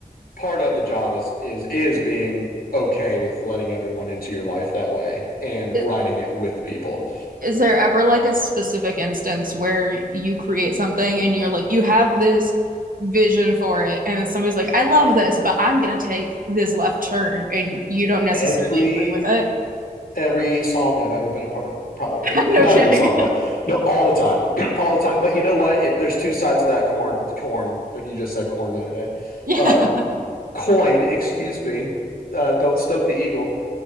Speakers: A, on the left (about 80°); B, on the right (about 65°).
A: part of the job is is is being okay with letting everyone into your life that way and
B: Is,
A: writing it with people.
B: is there ever like a specific instance where you create something and you're like, you have this vision for it, and then somebody's like, I love this, but I'm gonna take this left turn, and you don't necessarily
A: Every
B: agree with it?
A: every song I've ever been a part of, probably
B: <laughs> No
A: not
B: kidding.
A: every song, but no, all the time, <clears throat> all the time. But you know what? It, there's two sides of that corn. Corn, like you just said, corn the other day.
B: <laughs> Yeah.
A: Uh, coin, excuse me. Uh, don't stoke the eagle,